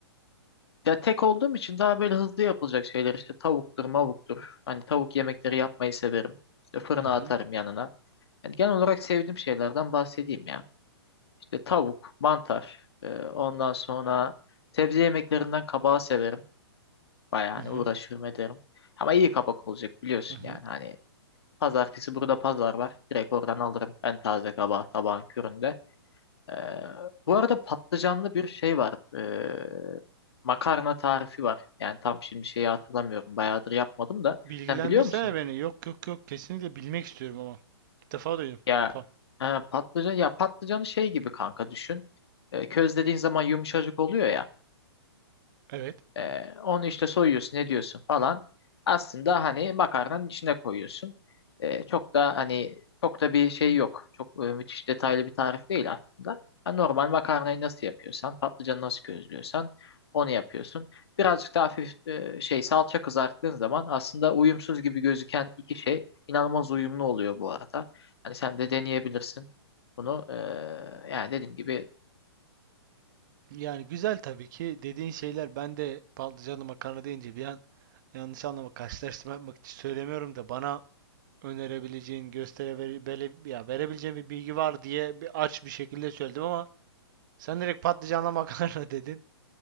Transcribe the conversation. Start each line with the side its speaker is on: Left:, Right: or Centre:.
Left: ya tek olduğum için daha böyle hızlı yapılacak şeyler işte tavuktur mavuktur. Hani tavuk yemekleri yapmayı severim. İşte fırına
Right: Hı hı.
Left: atarım yanına. Yani genel olarak sevdiğim şeylerden bahsedeyim ya. İşte tavuk, mantar, e, ondan sonra sebze yemeklerinden kabağı severim. Bayağı
Right: Hı
Left: hani
Right: hı.
Left: uğraşırım ederim. Ama iyi kabak olacak biliyorsun
Right: Hı hı.
Left: yani. Hani pazartesi burada pazar var. Direkt oradan alırım en taze kabağı sabahın köründe. Ee, bu arada patlıcanlı bir şey var. Ee, makarna tarifi var. Yani tam şimdi şeyi hatırlamıyorum. Bayağıdır yapmadım da.
Right: Bilgilendirsene
Left: Sen biliyor musun?
Right: beni. Yok yok yok kesinlikle bilmek istiyorum ama. İlk defa duydum.
Left: Ya
Right: Pa.
Left: ha, patlıcan ya patlıcanı şey gibi kanka düşün. Ee, közlediğin zaman yumuşacık oluyor ya.
Right: Evet.
Left: Ee, onu işte soyuyorsun, ne diyorsun falan. Aslında hani makarnanın içine koyuyorsun. Ee, çok da hani çok da bir şey yok. Çok e, müthiş detaylı bir tarif değil aslında. Ha, normal makarnayı nasıl yapıyorsan, patlıcanı nasıl közlüyorsan onu yapıyorsun. Birazcık daha hafif e, şey salça kızarttığın zaman aslında uyumsuz gibi gözüken iki şey inanılmaz uyumlu oluyor bu arada. Hani sen de deneyebilirsin. Bunu e, yani dediğim gibi
Right: Yani güzel tabii ki dediğin şeyler ben de patlıcanlı makarna deyince bir an yanlış anlama karşılaştırma yapmak için söylemiyorum da bana önerebileceğin gösterebileceğin ya verebileceğin bir bilgi var diye bir aç bir şekilde söyledim ama sen direkt patlıcanlı makarna <laughs> dedin.